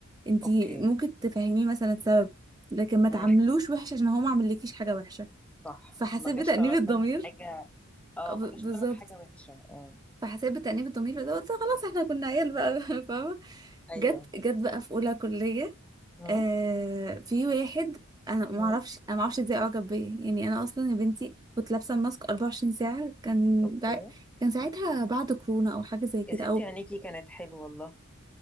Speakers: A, on the right; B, in the centre.
A: انت
B: اوكي
A: ممكن تفهميه مثلا السبب لكن ما
B: امم
A: تعاملوش وحش عشان هو ما عملكيش حاجه وحشه
B: صح
A: فحسيت
B: ما جاش
A: بتأنيب
B: طلب
A: الضمير
B: منك حاجه اه
A: ب-
B: ما جاش
A: بالظبط
B: طلب حاجه وحشه اه
A: فحسيت بتأنيب الضمير بس قلت خلاص احنا كنا عيال بقى <laughs> فاهمه
B: ايوه
A: جت جت بقى في اولى كليه
B: امم
A: آه في واحد انا ما
B: امم
A: اعرفش انا ما اعرفش ازاي اعجب بيا يعني انا اصلا يا بنتي كنت لابسه ماسك 24 ساعه كان
B: اوكي
A: بع... كان ساعتها بعد كورونا او حاجه زي كده
B: يا ستي
A: او
B: عينيكي كانت حلوه والله